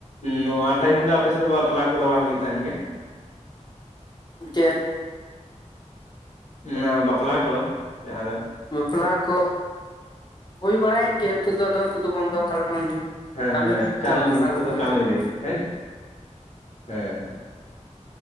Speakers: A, on the left; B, on the left.
A: ᱱᱚᱣᱟ ᱴᱟᱭᱤᱢ ᱫᱚ ᱟᱯᱮᱥᱮᱫ ᱫᱚ ᱵᱟᱯᱞᱟ ᱠᱚᱫᱚ ᱵᱟᱝ ᱦᱩᱭᱩᱜ ᱛᱟᱦᱮᱱ ᱜᱮᱭᱟ?
B: ᱪᱮᱫᱽ <inaudible>
A: ᱚᱱᱟ ᱵᱟᱯᱞᱟ ᱠᱚ ᱡᱟᱦᱟᱸ ᱫᱚ᱾
B: ᱵᱟᱯᱞᱟ ᱠᱚ ᱦᱩᱭ ᱵᱟᱲᱟᱭᱮᱱ ᱜᱮᱭᱟ᱾ ᱱᱤᱛᱚᱜ ᱫᱚ ᱟᱫᱚ ᱱᱤᱛᱚᱜ ᱫᱚ ᱵᱚᱱᱫᱚ ᱦᱟᱛᱟᱲ ᱠᱟᱱᱟ
A: ᱦᱮᱸ
B: ᱠᱟᱹᱢᱤ
A: ᱦᱮᱸ
B: ᱫᱤᱱ
A: ᱠᱟᱹᱢᱤ
B: ᱛᱚ ᱟᱥᱟᱲ
A: ᱱᱤᱛᱚᱜ
B: ᱵᱚᱸᱜᱟ
A: ᱫᱚ
B: ᱦᱚᱸ
A: ᱠᱟᱹᱢᱤ
B: ᱪᱟᱵᱟᱭᱱᱟ᱾
A: ᱫᱤᱱ ᱦᱮᱸ ᱦᱮᱸ,